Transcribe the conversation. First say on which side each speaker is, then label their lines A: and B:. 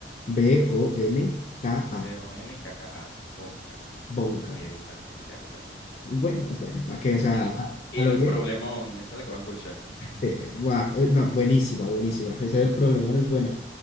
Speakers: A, on the left; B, on the left.
A: B-O-N-K-A.
B: B-O-N-K-A. Bonka.
A: Bonka.
B: Ah, mira, aquí está, aquí está, aquí está.
A: Es Bueno, es bueno. ¿Para qué? O sea,
B: El,
A: a,
B: el
A: a lo bien.
B: problemón. Esa es la que vas a escuchar. <laughs>
A: Sí, guau, eh, no, buenísima, buenísima. Ese es el problema, no es buena.